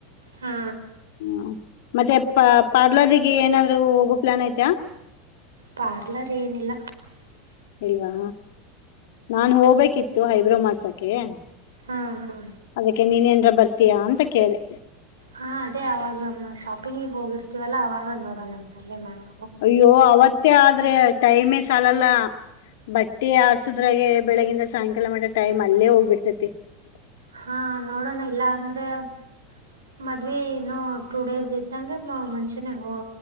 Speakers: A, on the right; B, on the left.
A: ಹಾ
B: ಹ್ಮ <unintelligible> ಮತ್ತೆ ಪ ಪಾರ್ಲರ್ಗೆ ಏನಾದ್ರು ಹೋಗೋ ಪ್ಲಾನ್ ಐತ <unintelligible>
A: ಪಾರ್ಲರ್ ಏನಿಲ್ಲ <unintelligible>
B: ಇಲ್ವಾ ನಾನ್ ಹೋಗ್ಬೇಕಿತ್ತು ಐಬ್ರೋ ಮಾಡ್ಸಕೆ <unintelligible>
A: ಹಾ ಹಾ
B: ಅದಕ್ಕೆ ನೀನ್ನ ಬರ್ತೀಯಾ ಅಂತ ಕೇಳ್ದೇ <unintelligible>
A: ಹಾ ಅದೇ ಅವಾಗಮ್ಮ ಶಾಪಿಂಗಗ್ ಹೋಗಿರ್ತೀವಲ್ಲ ಅವಾಗ ನೋಡೋಣ ಅಂತ ಅಲ್ಲೇ ಮಾಡ <unintelligible>
B: ಅಯ್ಯೋ ಅವತ್ತೇ ಆದ್ರೆ ಟೈಮೇ ಸಾಲಲ್ಲ <unintelligible> ಬಟ್ಟೆ ಆರ್ಸುದ್ರಾಗೆ ಬೆಳಗಿಂದ ಸಾಯಂಕಾಲ ಮಟ ಟೈಮ್ ಅಲ್ಲೇ ಹೋಗ್ಬಿಡ್ತೇತಿ <unintelligible>
A: ಹಾ ನೋಡೋಣ ಇಲ್ಲಾ ಅಂದ್ರೆ <unintelligible> ಮದ್ವೆ ಇನ್ನೂ ಟೂ ಡೇಸ್ ಇದ್ದಂಗೆ ಮುಂಚೆನೇ ಹ